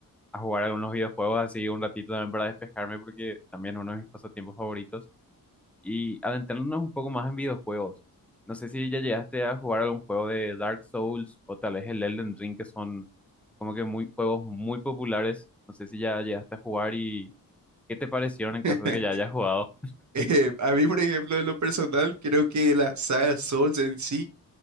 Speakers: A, in the centre; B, on the right.
A: a jugar algunos videojuegos así un ratito también para despejarme porque también es uno de mis pasatiempos favoritos. Y adentrándonos un poco más en videojuegos, no sé si ya llegaste a jugar algún juego de Dark Souls o tal vez el Elden Ring, que son como que muy juegos muy populares. No sé si ya llegaste a jugar y qué te parecieron en caso
B: <laughs>
A: de que ya hayas jugado.
B: eh, a mí, por ejemplo, en lo personal, creo que la saga Souls en sí